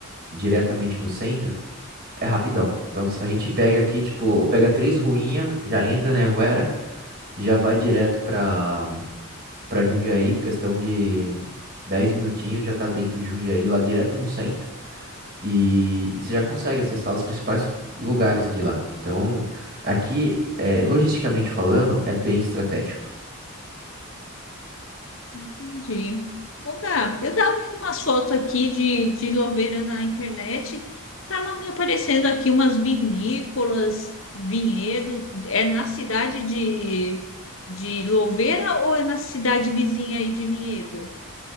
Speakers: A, on the right; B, on the left.
A: diretamente no centro, é rapidão. Então a gente pega aqui, tipo, pega três ruinhas, já entra na Anguera, já vai direto pra, pra Jundiaí, questão de 10 minutinhos, já tá dentro de Jundiaí, lá direto no centro, e, e você já consegue acessar os principais lugares de lá. Então, aqui, é, logisticamente falando, é bem estratégico.
B: Entendi. Ô, Gab, eu tava vendo umas fotos aqui de, de Louveira na internet, tava me aparecendo aqui umas vinícolas, vinhedo. É na cidade de, de Louveira ou é na cidade vizinha aí de Vinhedo